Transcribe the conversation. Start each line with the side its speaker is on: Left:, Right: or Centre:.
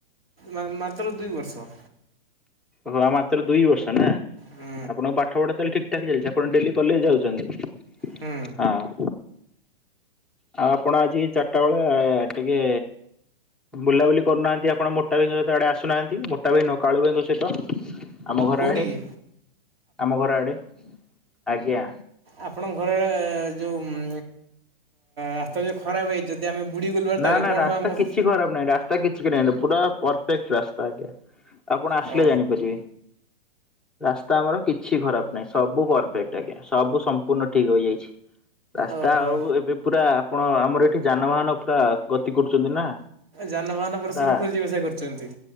Right: ମା-ମାତ୍ର ଦୁଇ ବର୍ଷ।
Centre: ଓହ ମାତ୍ର ଦୁଇ ବର୍ଷ ନା,
Right: ହୁଁ
Centre: ଆପଣଙ୍କ ପାଠପଢା ତାହେଲେ ଠିକ୍ ଠାକ୍ ଚାଲିଚି, ଆପଣ ଡେଲି କଲେଜ ଯାଉଛନ୍ତି?
Right: ହୁଁ।
Centre: ହଁ। ଆଉ ଆପଣ ଆଜି ଚାରିଟା ବେଳେ ଟିକେ ବୁଲାବୁଲି କରୁନାହାଁନ୍ତି ଆପଣ ମୋଟା ଭାଇଙ୍କ ସହିତ ଆଡେ ଆସୁନାହାଁନ୍ତି। ମୋଟା ଭାଇ ନୁହଁ କାଳୁ ଭାଇଙ୍କ ସହ ସହିତ ଆମ ଘର
Right: କୋଉଠିକି
Centre: ଆଡ଼େ, ଆମ ଘର ଆଡ଼େ ଆଜ୍ଞା।
Right: ଆପଣଙ୍କ ଘର ଆଡ଼େ, ଯୋଉ ଉମ୍ ରାସ୍ତା ଯୋଉ ଖରାପ ହେଇଚି, ଯଦି ଆମେ ବୁଡ଼ିଗଲୁ ବାଟରେ
Centre: ନା ନା
Right: କଣ
Centre: ରାସ୍ତା
Right: ହବ ଆମକୁ?
Centre: କିଛି ଖରାପ ନାହିଁ, ରାସ୍ତା କିଛି କି ନାଇଁ ପୁରା ପରଫେକ୍ଟ ରାସ୍ତା ଆଜ୍ଞା। ଆପଣ ଆସିଲେ
Right: ଓ
Centre: ଜାଣିପାରିବେ। ରାସ୍ତା ଆମର କିଛି ଖରାପ ନାହିଁ, ସବୁ ପରଫେକ୍ଟ ଆଜ୍ଞା। ସବୁ ସମ୍ପୂର୍ଣ୍ଣ ଠିକ ହୋଇଯାଇଛି। ରାସ୍ତା
Right: ଓହୋ
Centre: ଆଉ ଏବେ ପୁରା, ଆପଣ ଆମର ଏଠି ଯାନବାହାନ ପୁରା ଗତି କରୁଛନ୍ତି ନା।
Right: ଯାନବାହନ ପୁରା
Centre: ଆଜ୍ଞା
Right: ସୁରୁଖୁରୁରେ ଯିବାଆସିବା କରୁଛନ୍ତି।